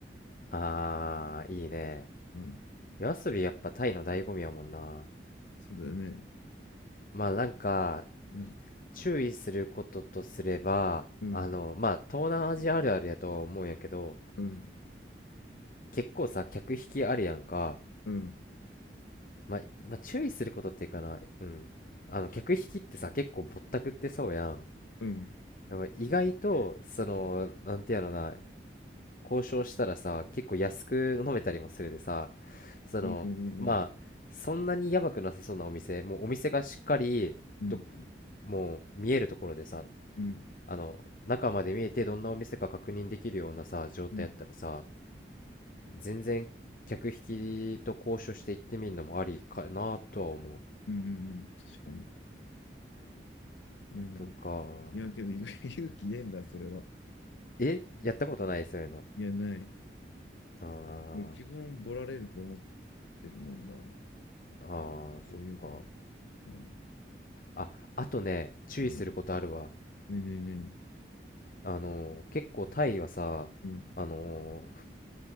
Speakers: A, on the left; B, on the left.
A: ああー、いいね。
B: うん。
A: 夜遊びやっぱタイの醍醐味やもんな。
B: そうだよね。
A: まあなんか、
B: うん。
A: 注意することとすれば、
B: うん。
A: あの、まあ東南アジアあるあるやと思うんやけど、
B: うん。
A: 結構さ、客引きあるやんか。
B: うん。
A: まあ、まあ注意することっていうかな、うん。あの、客引きってさ、結構ぼったくってそうやん。
B: うん。
A: でも意外と、その、なんてやろな、交渉したらさ、結構安く飲めたりもするでさ、そのまあそんなにやばくなさそうなお店もうお店がしっかりど
B: うん。うん。うん。うん。
A: もう見えるところでさ
B: うん。
A: あの中まで見えてどんなお店か確認できるようなさ状態やったらさ
B: うん。
A: 全然客引きと交渉して行ってみるのもありかなとは思う
B: うん。うん確かに。うん。
A: とか
B: いや、けど、ゆ <laughs> 勇気ねえんだ、それは。
A: えやったことないそういうの
B: いや、ない。
A: あ
B: 基本、ボラれると思ってるもんな。そ
A: ーあーそっか
B: ういうのは。うん。
A: ああとね注意することあるわ
B: うん。なになになに
A: あのー結構タイはさあの
B: うん。